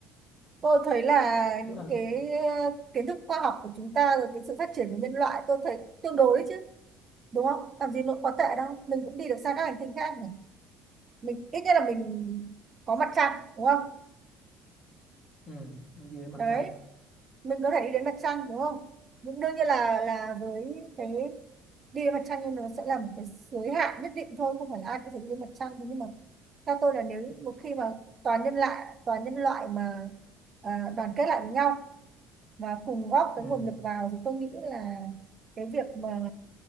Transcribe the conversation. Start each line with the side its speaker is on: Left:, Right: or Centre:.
Right: tôi thấy là
Left: tức
Right: những
Left: là
Right: cái kiến thức khoa học của chúng ta rồi cái sự phát triển của nhân loại tôi thấy tương đối đấy chứ đúng không làm gì nó quá tệ đâu mình cũng đi được sang các hành tinh khác này mình ít nhất là mình có mặt trăng đúng không
Left: ừ mình đi đến mặt
Right: đấy
Left: trăng
Right: mình có thể đi đến mặt trăng đúng không nhưng đương nhiên là là với cái đi đến mặt trăng thì nó sẽ là một cái giới hạn nhất định thôi không phải là ai cũng phải đi đến mặt trăng Thế nhưng mà theo tôi là nếu một khi mà toàn nhân loại toàn nhân loại mà à, đoàn kết lại với nhau và cùng góp cái
Left: ừ
Right: nguồn lực vào thì tôi nghĩ là cái việc mà